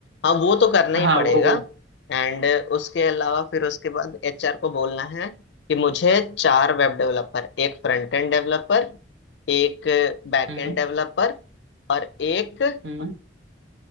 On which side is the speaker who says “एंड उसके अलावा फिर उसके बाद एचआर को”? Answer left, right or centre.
Left